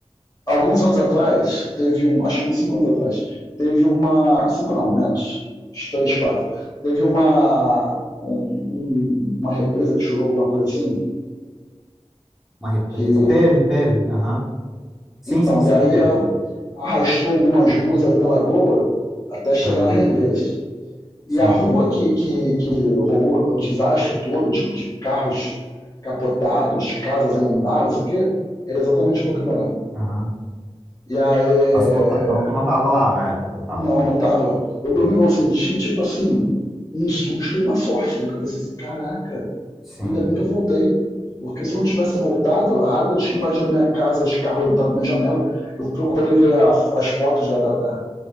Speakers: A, on the left (about 35°); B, in the centre.
A: Alguns anos atrás, teve um. Acho que uns 5 anos atrás, teve uma. cinco não, menos. Uns 3, 4. Teve uma. um- um- uma represa que chorou, alguma coisa assim,
B: uma represa.
A: que
B: Teve, teve. Aham. Sim,
A: Então,
B: sim, sim,
A: e aí
B: teve.
A: arrastou algumas ruas ali na lagoa até chegar
B: Aham.
A: nas Rendeiras. E
B: Sim.
A: a rua que, que, que rolou o desastre todo, tipo de carros capotados, casas inundadas, isso aqui, era exatamente a rua que eu morava.
B: Aham.
A: E aí, é,
B: Mas tu não, tá- não, tu não tava lá na época, eu tava.
A: não, não tava. Eu,
B: Não.
A: eu, eu senti, tipo assim, um susto e uma sorte, né? Que eu pensei assim, caraca,
B: Sim,
A: Ainda bem que eu voltei. Porque se eu não tivesse voltado, a água tinha invadido a minha casa, os carros entraram na minha janela. Eu procurei ver a- as fotos da, da-